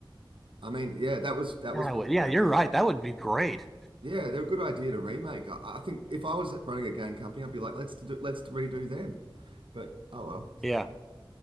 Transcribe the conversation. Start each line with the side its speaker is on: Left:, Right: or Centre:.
Right: I mean, yeah, that was that was
Centre: God, I
Right: what.
Centre: would, yeah, you're right. That would be great.
Right: Yeah, they're a good idea to remake. I, I think if I was running a game company, I'd be like, let's do, let's redo them. But oh well.
Centre: Yeah.